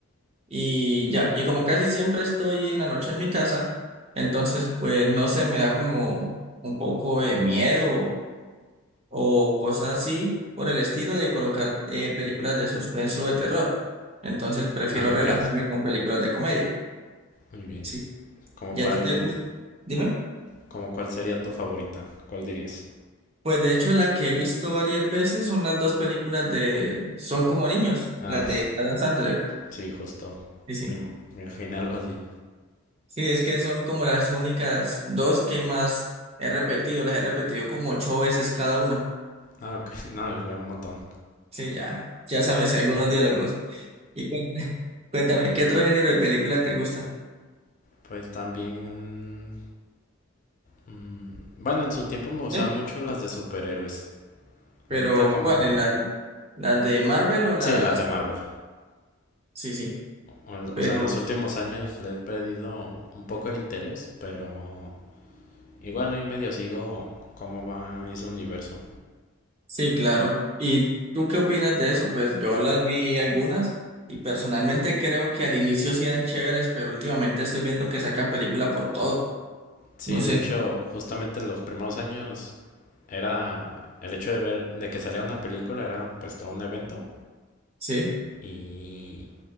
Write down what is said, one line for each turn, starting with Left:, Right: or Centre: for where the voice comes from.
Right: y ya. Y como casi siempre estoy en la noche en mi casa, entonces pues no sé, me da como un poco de miedo o cosas así por el estilo de colocar eh, películas de suspenso o de terror. Entonces prefiero
Left: Ah,
Right: relajarme
Left: ok.
Right: con películas de comedia.
Left: Muy bien.
Right: Sí,
Left: ¿Cómo
Right: ¿ya
Left: cuál,
Right: a ti te gusta? Dime.
Left: como cuál sería tu favorita? ¿Cuál dirías?
Right: Pues de hecho la que he visto varias veces son las dos películas de Son como niños,
Left: Ah,
Right: las de Adam Sandler.
Left: sí, justo.
Right: Sí, sí.
Left: Me, im- me imaginé algo así.
Right: Sí, es que son como las únicas dos que más he repetido, las he repetido como ocho veces cada una.
Left: Ah, ok. <laughs> No, ya un montón.
Right: Sí, ya, ya sabes, si algunos diálogos. Y cuéntame, <laughs> cuéntame, ¿qué otro género de película te gusta?
Left: Pues también... mm, bueno, en su tiempo me gustaban
Right: ¿Sí?
Left: mucho las de superhéroes.
Right: Pero,
Left: Ahorita como
Right: ¿cuáles?
Left: que...
Right: ¿Las, las de Marvel o las...?
Left: Sí, las de Marvel.
Right: Sí, sí,
Left: O,
Right: pero
Left: o sea, en los últimos años le he perdido un poco el interés, pero igual ahí medio sigo cómo va ese universo.
Right: sí, claro. ¿Y tú qué opinas de eso? Pues yo las vi algunas y personalmente creo que al inicio sí eran chéveres, pero últimamente estoy viendo que sacan película por todo.
Left: Sí,
Right: No sé,
Left: de hecho, justamente los primeros años era el hecho de ver, de que salía una película era pues todo un evento
Right: sí.
Left: y